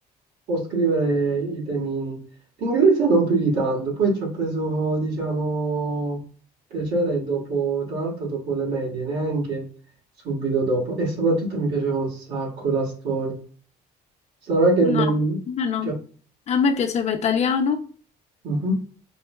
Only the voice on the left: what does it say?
No, a me no.
A me piaceva italiano,